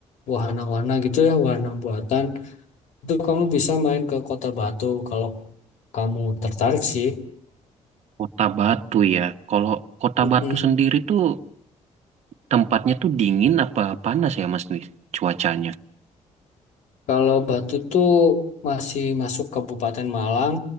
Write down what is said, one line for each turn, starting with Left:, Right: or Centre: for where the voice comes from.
Left: wahana-wahana gitu ya, wahana buatan, itu kamu bisa main ke Kota Batu kalau kamu tertarik sih.
Right: Kota Batu ya. Kalau Kota
Left: Mm-mm.
Right: Batu sendiri tuh tempatnya tuh dingin apa panas ya Mas Dwi? Cuacanya.
Left: Kalau Batu tuh masih masuk Kabupaten Malang,